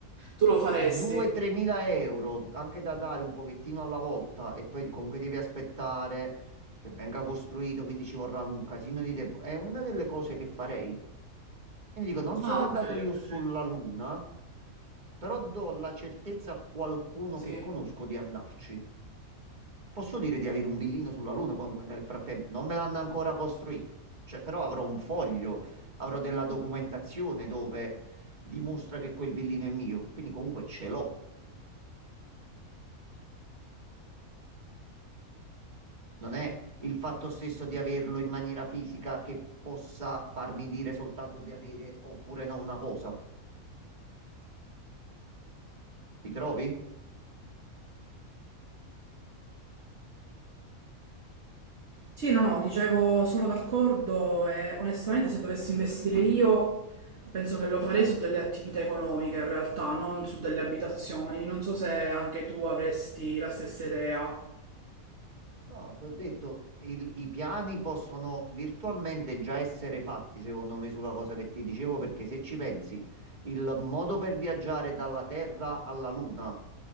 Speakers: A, on the right; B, on the right.
A: Tu lo faresti.
B: 2-3 mila euro, anche da dare un pochettino alla volta e poi comunque devi aspettare che venga costruito, quindi ci vorrà un casino di tempo. È una delle cose che farei. Quindi dico, non sono
A: Ah,
B: andato
A: ok, ok.
B: io sulla Luna, però do la certezza a qualcuno
A: Sì.
B: che conosco di andarci. Posso dire di avere un villino sulla Luna, comunque nel frattempo non me l'hanno ancora costruito, cioè, però avrò un foglio, avrò della documentazione dove dimostra che quel villino è mio, quindi comunque ce l'ho. Non è il fatto stesso di averlo in maniera fisica che possa farmi dire soltanto di avere oppure no una cosa. Ti trovi?
A: Sì, no, no, dicevo, sono d'accordo e onestamente se dovessi investire io penso che lo farei su delle attività economiche in realtà, non su delle abitazioni. Non so se anche tu avresti la stessa idea.
B: No, ti ho detto, il- i piani possono virtualmente già essere fatti, secondo me, sulla cosa che ti dicevo, perché se ci pensi, il modo per viaggiare dalla Terra alla Luna,